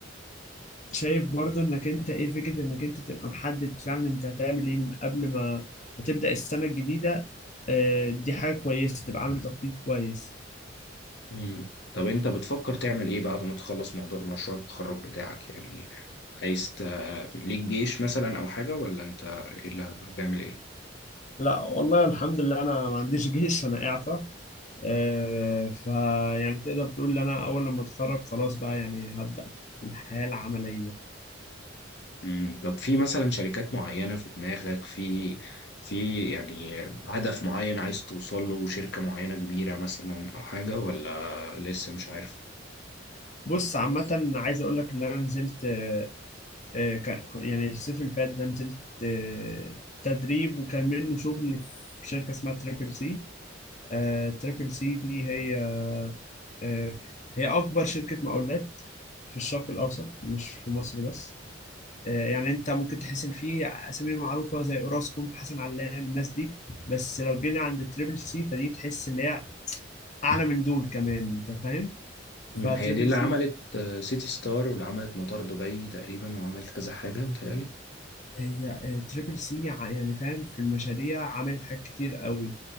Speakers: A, on the left; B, on the left.
A: شايف برضو انك انت ايه فكرة انك انت تبقى محدد فعلا انت هتعمل ايه من قبل ما ما تبدأ السنة الجديدة آه، دي حاجة كويسة تبقى عامل تخطيط كويس
B: مم. طب أنت بتفكر تعمل إيه بعد ما تخلص موضوع مشروع التخرج بتاعك يعني عايز ت... ليك جيش مثلا أو حاجة ولا أنت إيه اللي هتعمل إيه؟
A: لا والله الحمد لله انا ما عنديش جيش انا اعفى آه، فيعني تقدر تقول ان انا اول لما اتخرج خلاص بقى يعني هبدأ في الحياة العملية
B: مم. طب في مثلا شركات معينة في دماغك في في يعني هدف معين عايز توصل له شركة معينة كبيرة مثلا أو حاجة ولا لسه مش عارف
A: بص عامة
B: بص
A: عايز اقول لك ان انا نزلت آه، آه، ك- يعني الصيف اللي فات ده نزلت آه، تدريب وكان منه شغل في شركة اسمها تريبل سي آه، تريبل سي دي هي آه، هي أكبر شركة مقاولات في الشرق الأوسط مش في مصر بس آه، يعني أنت ممكن تحس إن في أسامي معروفة زي أوراسكوم حسن علام الناس دي بس لو جينا عند تريبل سي فدي تحس إن هي أعلى من دول كمان أنت فاهم فتريبل
B: مم. هي دي اللي
A: سي
B: عملت آه، سيتي ستار واللي عملت مطار دبي تقريبا وعملت كذا حاجة متهيألي
A: هي آه، تريبل سي يعني فاهم في المشاريع عملت حاجات كتير قوي